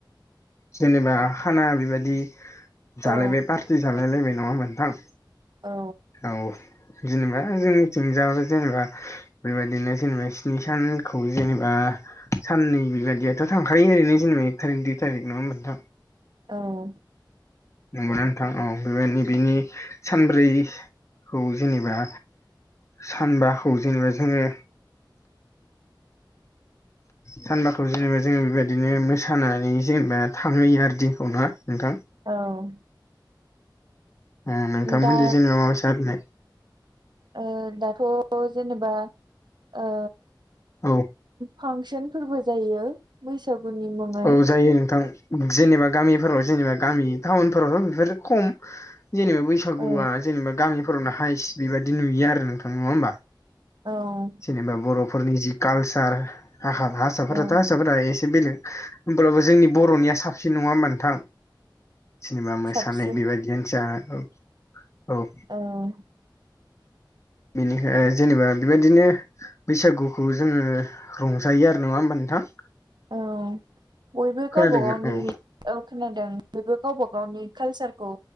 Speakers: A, on the left; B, on the right.
A: जेनेबा खाना बेबायदि जालायबाय
B: औ
A: पार्टि जालाय लायबाय नङा होनबा नोंथां
B: औ
A: औ जेनेबा जोंनिथिं जायाबाबो जेनेबा बेबायदिनो जेनेबा स्नि सानखौ जेनेबा साननै बेबायदियाथ' थांखायो ओरैनो जेनेबा थारिख दुइ थारिख नङा नोंथां?
B: औ
A: नंगौ नोंथां औ बेबायनो बेनि सानब्रैखौ जेनेबा सानबाखौ जेनेबा जोङो
B: <inaudible>
A: सानबाखौ जेनेबा जोङो बेबायदिनो मोसानानै जेनेबा थांहोयो आरो दिनखौ ना नोंथां ।
B: औ ।
A: ओम नोंथांमोनजों
B: दा
A: जेनेबा माबायसा ओरैनो?
B: ओ दाथ' जेनेबा ओ
A: औ ।
B: पांसनफोरबो जायो । बैसागुनि मुं
A: औ जायो नोंथां जेनेबा गामिफोराव जेनेबा गामि टाउनफोरावथ' बेफोरो खम जेनेबा बैसागुआ
B: औ
A: जेनेबा गामि फोराव हाइस्ट बेबायदि नुयो आरो नोंथां नङा होमबा?
B: औ
A: जेनेबा बर'फोरनि जि कालसार हारसाफोराथ'
B: औ
A: हारसाफोरा एसे बेलेग होमब्लाबो जोंनि बर'निया साबसिन नङा होमबा नोंथां? जेनेबा मोसानाय
B: साबसिन
A: बेबायदियानो जा औ औ औ
B: औ
A: बेनिखाय जेनेबा बेबायदिनो बैसागुखौ जोङो रंजायो आरो नङा होमबा नोंथां?
B: औ बयबो
A: खोनादोंना
B: गावबा गावनि
A: औ
B: औ खोनादों बयबो गावबा गावनि कालसारखौ